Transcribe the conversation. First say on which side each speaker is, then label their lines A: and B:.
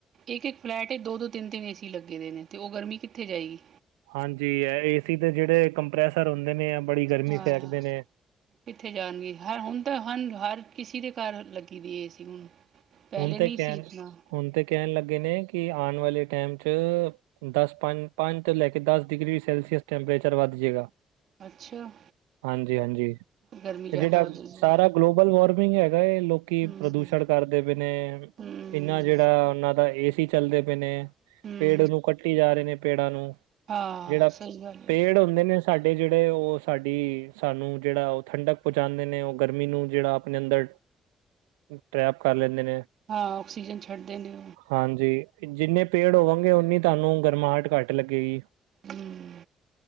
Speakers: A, on the right; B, on the right.
A: ਇੱਕ -ਇੱਕ ਫਲੈਟ ਚ ਦੋ- ਦੋ ਤਿੰਨ- ਤਿੰਨ ਏ ਸੀ ਲੱਗੇ ਹੋਏ ਨੇ, ਤੇ ਉਹ ਗਰਮੀ ਕਿੱਥੇ ਜਾਏਗੀ
B: ਹਾਂਜੀ, ਹੈ ਏਸੀ ਦੇ ਜਿਹੜੇ ਕੰਪ੍ਰੈਸਰ ਹੁੰਦੇ ਨੇ, ਆ ਬੜੀ ਗਰਮੀ
A: ਹਾਂ
B: ਫੇਕਦੇ ਨੇ
A: ਕਿੱਥੇ ਜਾਣਗੇ, ਹ ਹੁਣ ਤਾਂ ਹ ਹਰ ਕਿਸੇ ਦੇ ਘਰ, ਲੱਗੀ ਦੀ ਏ ਸੀ ਹੁਣ ਪਹਿਲੇ
B: ਹੁਣ ਤੇ
A: ਨਹੀਂ
B: ਕਹਿਣ
A: ਸੀ ਇਤਨਾ
B: ਹੁਣ ਤੇ, ਕਹਿਣ ਲੱਗੇ ਨੇ ਕਿ, ਆਉਣ ਵਾਲੇ ਟਾਈਮ ਚ ਦਸ ਪੰਜ, ਪੰਜ ਤੋਂ ਲੈ ਕੇ ਦਸ ਡਿਗਰੀ, ਸੈਲਸੀਅਸ ਟੈਂਪਰੇਚਰ ਵੱਧ ਜਾਏਗਾ
A: ਅੱਛਾ
B: ਹਾਂਜੀ- ਹਾਂਜੀ
A: ਗਰਮੀ
B: ਤੇ
A: ਜ਼ਿਆਦਾ
B: ਜਿਹੜਾ
A: ਹੋ ਜਾਏਗੀ
B: ਸਾਰਾ ਗਲੋਬਲ ਵਾਰਮਿੰਗ ਹੈਗਾ, ਲੋਕੀ
A: ਹੂੰ।
B: ਪ੍ਰਦੂਸ਼ਣ ਕਰ ਜਿਵੇਂ ਨੇ,
A: ਹਮ
B: ਇਹਨਾ ਜਿਹੜਾ ਉਹਨਾਂ ਦਾ ਏ ਸੀ, ਚੱਲਦੇ ਪਏ ਨੇ
A: ਹਮ
B: ਪੇੜ ਨੂੰ, ਕੱਟੀ ਜਾ ਰਹੇ ਨੇ ਪੇੜਾਂ ਨੂੰ
A: ਆ
B: ਜਿਹੜਾ
A: ਸਹੀ ਗੱਲ ਹੈ।
B: ਪੇੜ ਹੁੰਦੇ ਸਾਡੇ ਜਿਹੜੇ ਉਹ, ਸਾਡੀ ਸਾਨੂੰ ਜਿਹੜਾ ਉਹ ਠੰਡਕ, ਪਹੁੰਚਾਉਂਦੇ ਨੇ ਉਹ ਗਰਮੀ ਨੂੰ ਜਿਹੜਾ, ਆਪਣੇ ਅੰਦਰ ਟਰੈਪ ਕਰ ਲੈਂਦੇ ਨੇ
A: ਹਾਂ, ਆਕਸੀਜਨ ਛੱਡਦੇ ਨੇ,
B: ਹਾਂਜੀ, ਜਿੰਨੇ ਪੇੜ ਹੋਣਗੇ, ਓਨੀ ਤੁਹਾਨੂੰ ਗਰਮਹਟ ਘੱਟ ਲੱਗੇਗੀ
A: ਹਮ